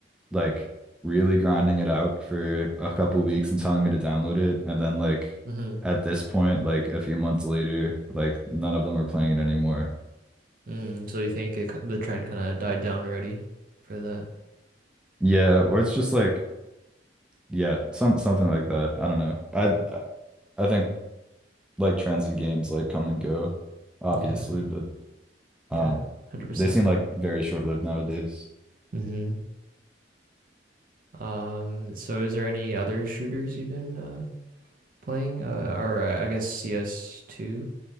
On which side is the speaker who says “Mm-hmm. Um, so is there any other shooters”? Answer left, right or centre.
Right